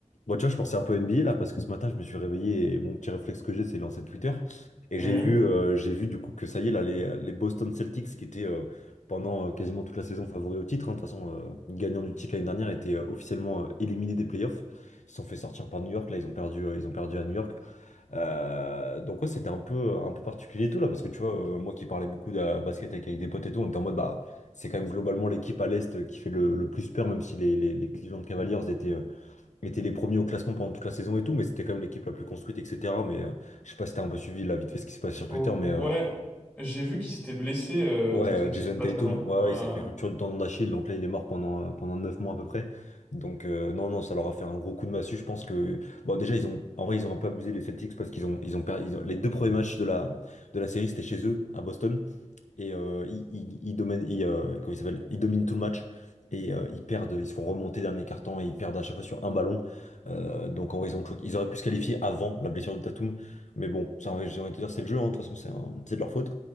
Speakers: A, on the left; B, on the left.
A: Moi, tu vois, je pensais un peu NBA là parce que ce matin, je me suis réveillé et mon petit réflexe que j'ai, c'est de lancer Twitter. Et
B: Mhm.
A: j'ai vu, euh, j'ai vu du coup que ça y est, là, les, les Boston Celtics qui étaient euh, pendant euh, quasiment toute la saison favoris au titre. hein. de toute façon, euh, le gagnant du titre l'année dernière était euh, officiellement euh, éliminé des playoffs. Ils se sont fait sortir par New York. Là, ils ont perdu, euh, ils ont perdu à New York. Euh, donc, ouais, c'était un peu, un peu particulier et tout là parce que tu vois, euh, moi qui parlais beaucoup de la basket avec, avec des potes et tout, on était en mode bah, c'est quand même globalement l'équipe à l'Est qui fait le, le plus peur, même si les, les, les Cleveland Cavaliers étaient. euh, étaient les premiers au classement pendant toute la saison et tout, mais c'était quand même l'équipe la plus construite, etc. Mais euh, je sais pas si t'as un peu suivi là vite fait ce qui se passe sur Twitter,
B: Ouais,
A: mais euh,
B: j'ai vu qu'il s'était blessé, euh,
A: ouais,
B: Tatum,
A: euh, Jason
B: si j'ai pas
A: Tatum,
B: de conneries.
A: ouais,
B: Euh,
A: ouais, il s'est fait rupture du tendon d'Achille, donc là il est mort pendant, euh, pendant 9 mois à peu près. Donc euh, non, non, ça leur a fait un gros coup de massue, je pense que. Bon déjà ils ont. En vrai ils ont un peu abusé les Celtics parce qu'ils ont ils ont perdu. Les deux premiers matchs de la, de la série c'était chez eux, à Boston et euh, ils, ils- ils dominent, ils, euh, comment il s'appelle? Ils dominent tout le match et euh, ils perdent, ils se font remonter dernier carton et ils perdent à chaque fois sur un ballon. Euh, donc en vrai, ils ont choqué. Ils auraient pu se qualifier avant la blessure de Tatum, mais bon, ça, j'ai envie de te dire, c'est le jeu, hein, de toute façon, c'est un- c'est de leur faute.